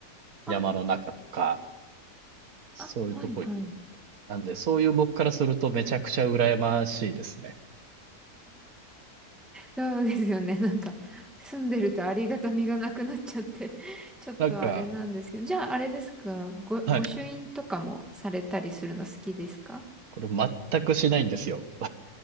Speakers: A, on the right; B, in the centre.
A: 山の中とか、
B: あ、
A: そういうとこ行くんで。
B: あ、はいはい。
A: なんで、そういう僕からするとめちゃくちゃ羨ましいですね。
B: そうですよね。<laughs> なんか、住んでるとありがたみがなくなっちゃって <laughs> ちょっとあれなんですけど。
A: なんか、
B: じゃあ、あれですか、ご、
A: はい。
B: 御朱印とかもされたりするの好きですか
A: これ全くしないんですよ。